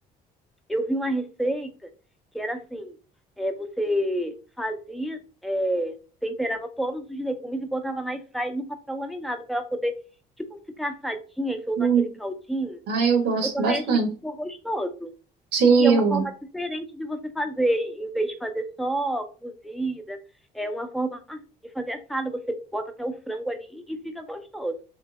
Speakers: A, in the centre; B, on the right.
A: Eu vi uma receita que era assim, é, você fazia, é, temperava todos os legumes e botava na airfry no papel laminado pra ela poder, tipo, ficar assadinha e soltar
B: Hum.
A: aquele caldinho.
B: Ah, eu gosto
A: Eu também
B: bastante.
A: achei que ficou gostoso.
B: Sim,
A: E é uma
B: eu.
A: forma diferente de você fazer, em vez de fazer só cozida, é uma forma de fazer assada, você bota até o frango ali e fica gostoso.